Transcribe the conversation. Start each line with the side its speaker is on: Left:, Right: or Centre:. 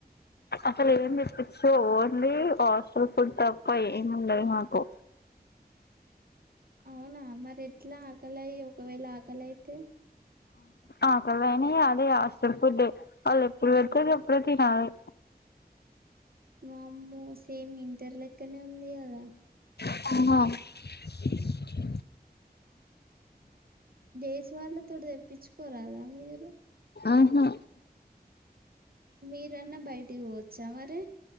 Left: అసలు ఏం చెప్పిచ్చు ఓన్లీ హాస్టల్ ఫుడ్ తప్ప ఏమి ఉండదు మాకు
Right: అవునా మరి ఎట్లా ఆకలయి ఒకవేళ ఆకలయితే
Left: ఆకలి అయినా ఇగ అదే హాస్టల్ ఫుడే వాళ్ళు ఎప్పుడు పెడితే అప్పుడే తినాలి
Right: వామ్మో సేమ్ ఇంటర్ లెక్కనే ఉంది కదా
Left: ఆ
Right: డేస్ వాళ్ళ తో తెప్పించుకోరాదా మీరు
Left: ఆహా
Right: మీరన్నా బయటికి పోవచ్చ మరి